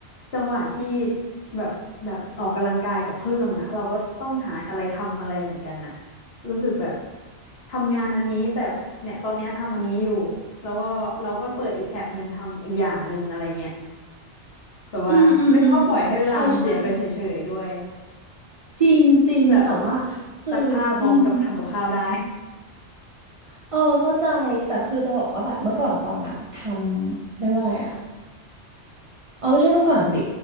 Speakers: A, on the left (about 60°); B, on the right (about 45°).
A: จังหวะที่แบบแบบออกกำลังกายกับเครื่องอ่ะเราก็ต้องหาอะไรทำอะไรเหมือนกันน่ะรู้สึกแบบทำงานอันนี้แต่เนี่ยตอนเนี้ยทำอันนี้อยู่แล้วก็เราก็เปิดอีกแถบหนึ่งทำอีกอย่างหนึ่งอะไรเงี้ยแบบว่าไม่ชอบปล่อยให้เวลามันเสียไปเฉยๆด้วย
B: อืมอืมอืมใช่ใช่จริงจริงแต่ว่าคืออืม
A: แบบซักผ้าพร้อมกับทำกับข้าวได้
B: เออเข้าใจแต่คือจะบอกว่าแบบเมื่อก่อนตองอะทำเรียกว่าอะไรอะ อ๋อไม่ใช่เมื่อก่อนสิ